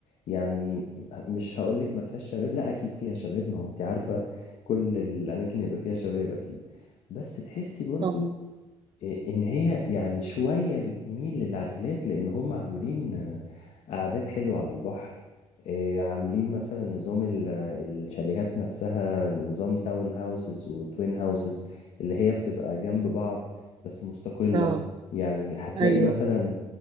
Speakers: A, on the left (about 70°); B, on the right (about 40°).
A: يعني مش هقولك ما فيهاش شباب لا اكيد فيها شباب ما هو انت عارفة كل الاماكن يبقى فيها شباب اكيد بس تحسي برضو
B: اه
A: إيه، ان هي يعني شوية بتميل للعائلات لان هم عاملين آه، قعدات حلوة على البحر آه، عاملين مثلا نظام ال- الشاليهات نفسها نظام تاون هاوسز وتوين هاوسز اللي هي بتبقى جنب بعض بس مستقلة
B: اه
A: يعني هتلاقي
B: ايوه
A: مثلا